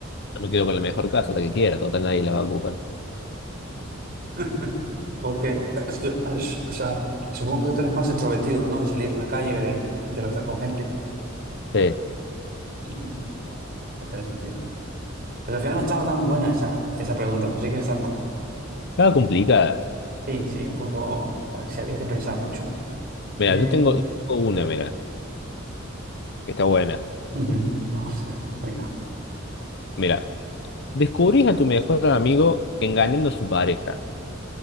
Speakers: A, on the left; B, on the right.
A: yo me quedo con la mejor casa, la que quiera, total nadie la va a ocupar.
B: <laughs> Porque, eh, eh, esto- eh, es- o sea, supongo que tú eres más extrovertido, ¿no? De salir a la calle, de interactuar con gente.
A: Sí.
B: Mm, que tiene sentido. Pero al final no estaba tan buena esa, esa pregunta, pensé que iba a estar mejor.
A: Estaba complicada.
B: Sí, sí, un poco, eh, sí, había que pensar mucho, ¿no?
A: Mira,
B: Eh,
A: yo tengo, yo tengo una, mira, que está buena.
B: <laughs> no sé, venga,
A: Mira. Descubrís a tu mejor amigo engañando a su pareja,